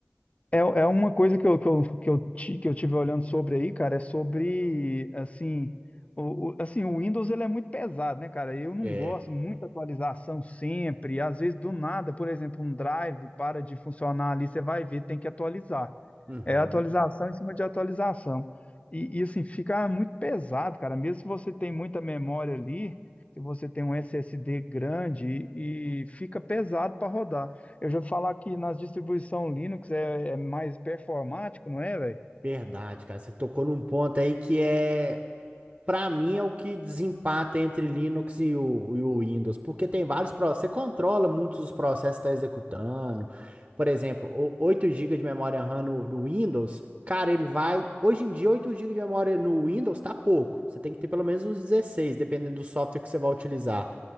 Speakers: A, on the left (about 30°); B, on the right (about 35°).
A: É, é uma coisa que eu, que eu, que eu, ti- que eu tive olhando sobre aí, cara, é sobre, assim, o, o- assim, o Windows ele é muito pesado, né, cara? Eu não
B: É.
A: gosto, muita atualização sempre, às vezes do nada, por exemplo, um drive para de funcionar ali, você vai ver, tem que atualizar.
B: Uhum.
A: É atualização em cima de atualização. E, e, assim, fica muito pesado, cara. Mesmo se você tem muita memória ali, se você tem um SSD grande, e, e fica pesado para rodar. Eu já vou falar que nas distribuições Linux é, é mais performático, não é, velho?
B: Verdade, cara. Você tocou num ponto aí que é. para mim é o que desempata entre Linux e o, e o Windows, porque tem vários processos, você controla muitos dos processos que está executando. Por exemplo, o- 8 GB de memória RAM no, no Windows, cara, ele vai. Hoje em dia, 8 gigas de memória no Windows tá pouco. Você tem que ter pelo menos uns 16 dependendo do software que você vai utilizar.